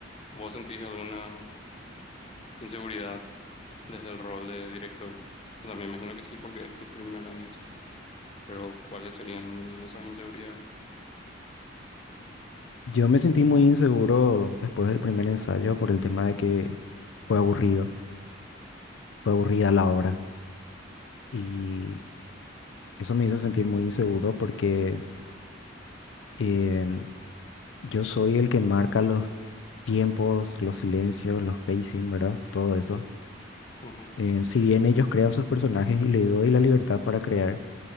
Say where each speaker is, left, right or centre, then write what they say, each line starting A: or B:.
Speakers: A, on the left; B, on the left.
A: ¿Vos sentís alguna inseguridad desde el rol de director? O sea, me imagino que sí, porque es tu primera vez, pero ¿cuáles serían algunas de esas inseguridades?
B: Yo me sentí muy inseguro después del primer ensayo por el tema de que fue aburrido, fue aburrida la obra y eso me hizo sentir muy inseguro porque eh, yo soy el que marca los tiempos, los silencios, los pacing, ¿verdad? Todo eso.
A: Ujú,
B: Eh, si bien ellos crean sus personajes y le doy la libertad para crear,